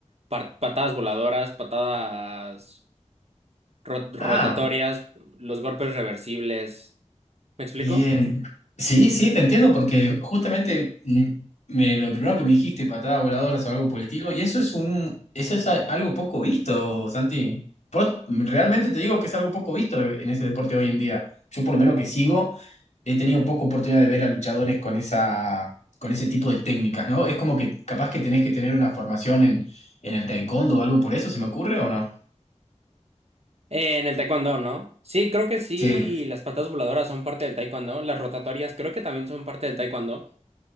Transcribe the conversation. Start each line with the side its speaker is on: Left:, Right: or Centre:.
Right: Par- patadas voladoras, patadas ro- rotatorias,
Left: Ah,
Right: los golpes reversibles. ¿Me explico?
Left: bien. Sí, sí, te entiendo, porque justamente mm, me, lo primero que me dijiste, patadas voladoras o algo por el estilo, y eso es un, eso es a- algo poco visto, Santi. Por- realmente te digo que es algo poco visto en ese deporte hoy en día. Yo por lo menos que sigo, he tenido poca oportunidad de ver a luchadores con esa, con ese tipo de técnicas, ¿no? Es como que capaz que tenés que tener una formación en, en el taekwondo o algo por eso, ¿se me ocurre o no?
Right: Eh, en el taekwondo, ¿no? Sí, creo que sí,
Left: Sí.
Right: las patadas voladoras son parte del taekwondo, las rotatorias creo que también son parte del taekwondo.